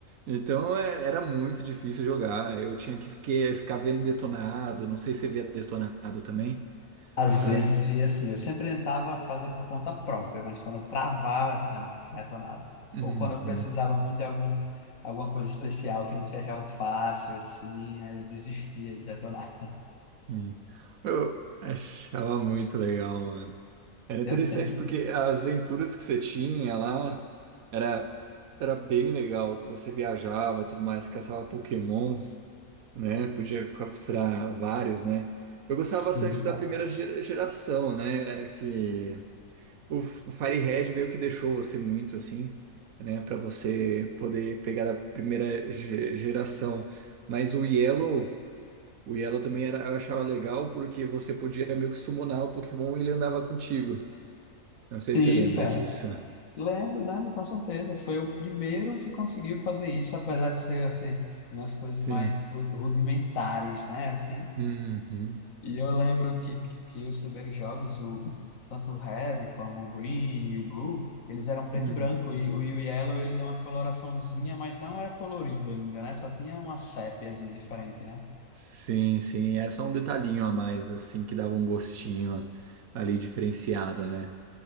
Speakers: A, on the right; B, on the left.
A: Então eh, era muito difícil jogar. Eu tinha que fique- ficar vendo detonado. Não sei se você via detonado também,
B: Às
A: sabe?
B: vezes via assim, eu sempre tentava fazer por conta própria, mas quando eu travava, não, detonado.
A: Uhum,
B: Ou quando eu precisava muito de algum, alguma coisa especial que não se achava fácil, assim, aí eu desistia de detonar.
A: uhum. Eu achava muito legal, mano. Era interessante
B: Eu sempre.
A: porque as aventuras que você tinha lá era, era bem legal, que você viajava, tudo mais, caçava Pokémons, né? Podia capturar vários, né? Eu gostava
B: Sim,
A: bastante da
B: cara.
A: primeira ge- geração, né? é, Que o F- Fire Red meio que deixou você muito assim, né? Para você poder pegar da primeira ge- geração. Mas o Yellow, o Yellow também era, eu achava legal porque você podia meio que summonar o Pokémon e ele andava contigo. Não sei
B: Sim,
A: se você lembra
B: cara.
A: disso.
B: Lembro, lembro, com certeza. Foi o primeiro que conseguiu fazer isso, apesar de ser, assim, umas coisas
A: Sim.
B: mais ru- rudimentares, né? Assim,
A: Uhum.
B: E eu lembro que, que os primeiros jogos, o, tanto o Red como o Green e o Blue, eles eram preto
A: Hum.
B: e branco, e, o- e o Yellow ele deu uma coloraçãozinha, mas não era colorido ainda, né? Só tinha uma sépiazinha diferente, né?
A: Sim, sim. É só um detalhinho a mais, assim, que dava um gostinho ali diferenciado, né?